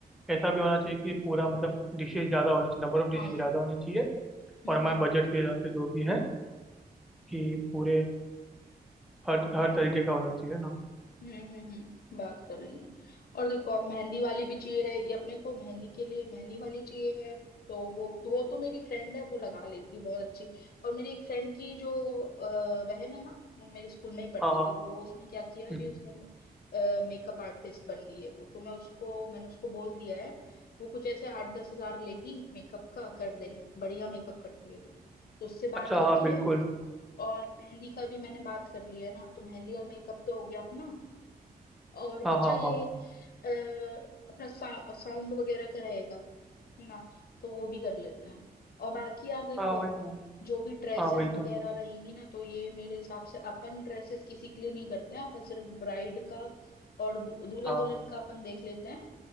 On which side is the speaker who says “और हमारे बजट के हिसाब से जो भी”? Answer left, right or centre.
Centre